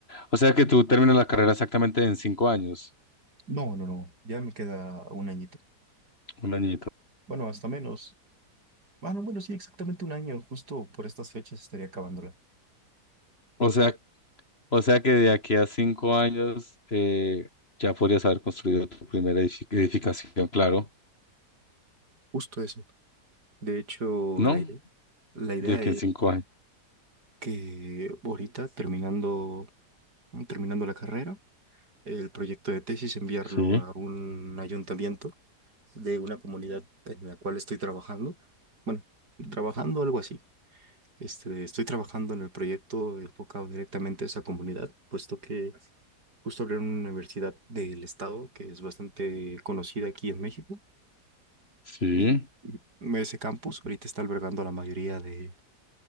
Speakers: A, on the left; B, on the right.
A: o sea que tú terminas la carrera exactamente en cinco años,
B: No, no, no, ya me queda un añito.
A: un añito.
B: Bueno, hasta menos. Bueno, bueno, sí, exactamente un año, justo por estas fechas estaría acabándola.
A: O sea O sea que de aquí a cinco años eh, ya podrías haber construido tu primera edifi- edificación, claro,
B: Justo eso. De hecho,
A: ¿no?
B: la idea, la idea
A: De aquí
B: es
A: en cinco años.
B: que ahorita terminando, terminando la carrera, el proyecto de tesis, enviarlo
A: Sí,
B: a un ayuntamiento de una comunidad en la cual estoy trabajando. Bueno, trabajando algo así. Este, estoy trabajando en el proyecto enfocado directamente a esa comunidad, puesto que justo abrieron una universidad del estado que es bastante conocida aquí en México.
A: sí.
B: Y, y ese campus ahorita está albergando a la mayoría de,